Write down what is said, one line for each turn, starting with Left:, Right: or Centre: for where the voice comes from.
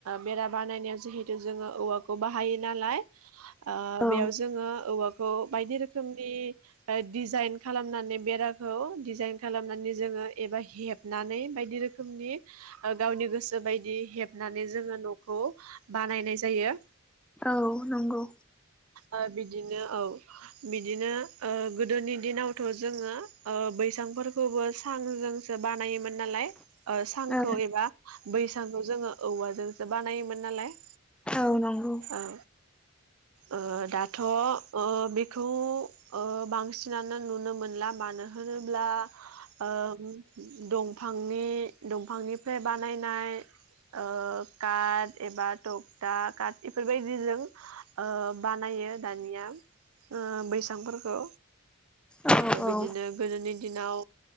Right: बेरा बानायनायाव जिहेथु जोङो औवाखौ बाहायो नालाय अ ओ
Centre: औ
Right: बेयाव जोङो औवा खौ बायदि रोखोमनि ओ डिजाइन खालामनानै बेराखौ डिजाइन खालामनानै जोङो एबा हेबनानै बायदि रोखोमनि गावनि गोसो बायदि हेबनानै जोङो न'खौ बानायनाय जायो।
Centre: औ नंगौ।
Right: ओ बिदिनो औ बिदिनो ओ गोदोनि दिनावथ' जोङो ओ बैसांफोरखौबो सांजों सो बानायोमोन नालाय ओ सांखौ
Centre: औ
Right: एबा बैसांखौ जोङो। औवाजोंसो बानायोमोन नालाय
Centre: औ नंगौ।
Right: औ ओ दाथ' ओ बेखौ ओ बांसिनानो नुनो मोनला मानो होनोब्ला ओ दंफांनि दंफांनिफ्राय बानायनाय ओ काट एबा थगकटा काट बेफोरबायदिजों ओ बानायो दानिया ओ बैसांफोरखौ
Centre: औ
Right: थ' बिदिनो
Centre: औ
Right: गोदोनि दिनाव